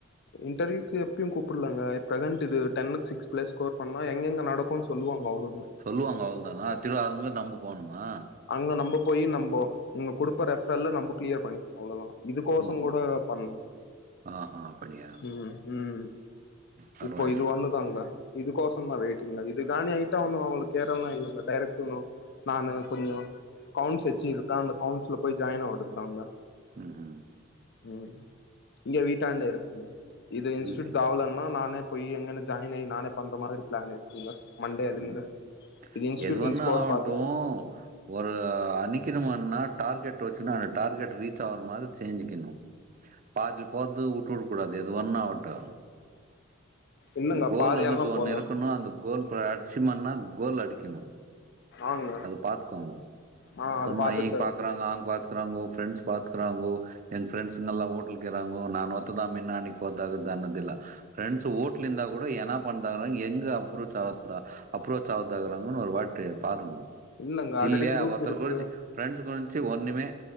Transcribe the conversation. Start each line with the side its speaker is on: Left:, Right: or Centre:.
Left: இன்டர்வியூக்கு எப்பயு கூப்பள்லங்க எ பிரதன்ட் இது டென் சிக்ஸ் பிளஸ் ஸ்கோர் பண்ணா எங்கங்க நடக்கு சொல்லுவாங்க அவ்ளோ
Right: சொல்லுவாங்க அவ்ளோதானா திரு அங்க நம்ப போணுமா
Left: அங்க நம்ம போயி நம்ம இங்க கொடுப்ப ரெஃபர்ல்ல நம்ம கிளியர் பண்ணி அவ்ளோதா இதுக்கோசம்
Right: ஓஹோ
Left: கூட பண்
Right: ஆஹா அப்படியா
Left: உம் உம்
Right: பரவாயில்ல
Left: இப்போ இது வந்து கங்க இதுக்கோசம்தா வெயிட்டிங் இது ஐட்டா ஒன்னும் அவங்களுக்கு கேர எல்லாம் இல்லைங்க டைரெக்ட் ஒன்னு நானு கொஞ்சோ கவுண்ஸ் வெச்சு இருக்கா அந்த கவுண்ட்ஸ்ல போய் ஜாயின் ஆயிடுதாங்க
Right: ம்
Left: உம் இங்க வீட்டாண்ட இருக்குங்களா இது இன்ஸ்டூட்
Right: ம்
Left: தாவலன்னா நானு போயி எங்க ஜாயின் ஆ நானே பண்ற மாதிரி பிளானு ங்க மண்டேல இந்து
Right: ம்
Left: இது இன்ஸூட்டின்
Right: எதுவன்னா
Left: ஸ்கோர்
Right: ஆவட்டும்
Left: பாத்துட்டு
Right: ஒரு அணிக்கணும்ன்னா டார்கெட் வெச்சுன்னா அந்த டார்கெட் ரீச் ஆவற மாறி செஞ்சுக்கணு பாதி போர்த்த வுட்டுடக்கூடாது எது ஒன்னா ஆகட்டு
Left: இல்லங்க
Right: கோல்
Left: பாதியெல்லா
Right: அன்னுது ஒன்னு
Left: போல
Right: இருக்கணு அந்த கோல் அடிச்சுமன்னா கோல் அடிக்கணு
Left: ஆங்க
Right: அது பாத்துக்கோங்க
Left: ஆ அது
Right: சும்மா
Left: பாத்துட்டு
Right: இ
Left: தா
Right: பாக்குறாங்க
Left: இருக்குங்க
Right: ஆங் பாக் குறாங்க பிரெண்ட்ஸ் பாக்குறாங்கோ எங்க பிரெண்ட்ஸ்கெல்லா ஊட்டலக்குறாங்க நான் ஒத்ததான் மின்னாடிக்கு போத தான்தில்லை ப்ரெண்ட்ஸ் ஊட் இருந்தா பண்ணங்க எங்க அப்ரோச் ஆகுதா அப்ரோச் ஆத்தாக்குறாங்கன்னு ஒரு வாட்டு பாருங்க
Left: இல்லங்க ஆல்ரெடி
Right: இல்லையா
Left: குரூப்
Right: ஒருத்த
Left: இருக்கு
Right: குறிச்சு ஃப்ரெண்ட்ஸ் குறி ஒன்னுமே